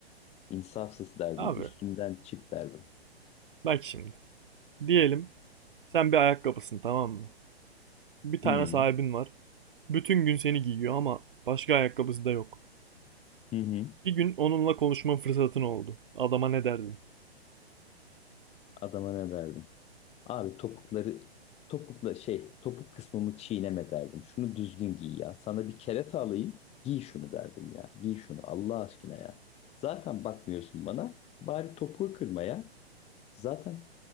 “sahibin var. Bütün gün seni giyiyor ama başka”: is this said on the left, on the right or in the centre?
Right